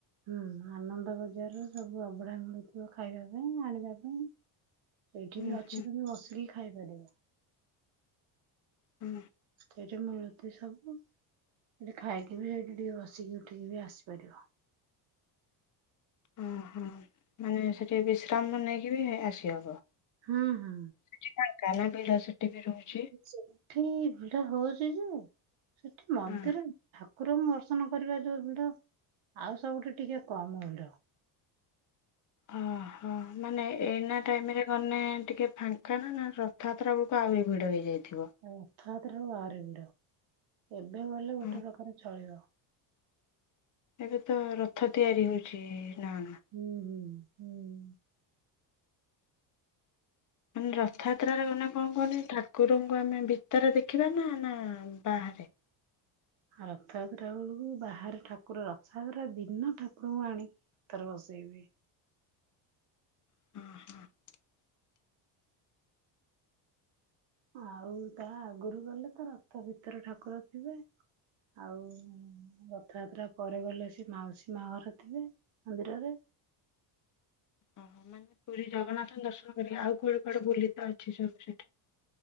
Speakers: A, on the right; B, on the left.
A: ହୁଁ ଆନନ୍ଦ ବଜାର ରୁ ସବୁ ଅବଢା ମିଳୁଥିବ ଖାଇବା ପାଇଁ ଆଣିବା ପାଇଁ। ଏଇଠି
B: ହୁଁ
A: ବି ଅଛି
B: ହୁଁ
A: ତମେ ବସିଲେ ଖାଇପାରିବ।
B: ହୁଁ।
A: ସେଇଠି ମିଳୁଚି ସବୁ ସେଠି ଖାଇକି ବି ସେଇଠି ଟିକେ ବସିକି ଉଠିକି ବି ଆସିପାରିବ।
B: ଓହୋ ମାନେ ସେଠି ବିଶ୍ରାମ ନେଇକି ବି ଆସିହବ।
A: ହୁଁ- ହୁଁ।
B: <unintelligible> ରହୁଚି।
A: ସେଠ ଭିଡ ହଉଚି ଯେ ସେଠି ମନ୍ଦିର
B: ହଁ।
A: ଠାକୁରଙ୍କୁ ଦର୍ଶନ କରିବା ଯଉ ଭିଡ ଆଉ ସବୁଠି ଟିକେ କମ ଭିଡ।
B: ଅ- ହୋ ମାନେ ଏଇନା ଟାଇମ୍ ରେ ଗନେ ଟିକେ ଫାଙ୍କା ନା- ନା ରଥଯାତ୍ରା ବେଳକୁ ଆହୁରି ଭିଡ ହେଇଯାଇଥିବ।
A: ଆଉ ରଥଯାତ୍ରାକୁ ଭାରି ଭିଡ ଏବେ ଗଲେ ଗୋଟେ
B: ହଁ
A: ପ୍ରକାର ଚଳିବ।
B: ଏବେ ତ ରଥ ତିଆରି ହଉଚି ନା -ନା।
A: ହୁଁ- ହୁଁ। ହୁଁ।
B: ମାନେ ରଥଯାତ୍ରାରେ ଗନେ କଣ୍ କୁହନି ଠାକୁରଙ୍କୁ ଆମେ ଭିତରେ ଦେଖିବା ନା- ନା ବାହାରେ?
A: ଆଉ ରଥଯାତ୍ରା ବେଳକୁ ବାହାରେ ଠାକୁର ରଥଯାତ୍ରା ଦିନ ଠାକୁରଙ୍କୁ ଆଣି ତାର ଭସେଇବି।
B: ହଁ- ହଁ।
A: ଆଉ ତା ଆଗୁରୁ ଗଲେ ତ ରଥ ଭିତରେ ଠାକୁର ଥିବେ ଆଉ ରଥଯାତ୍ରା ପରେ ଗଲେ ସେ ମାଉସୀ ମା ଘରେ ଥିବେ ମନ୍ଦିରରେ
B: ଓହ ମାନେ ପୁରୀ ଜଗନ୍ନାଥ ଦର୍ଶନ କରିକି ଆଉ କୁଆଡେ କୁଆଡେ ବୁଲିତ ଅଛି ସବୁ ସେଠି?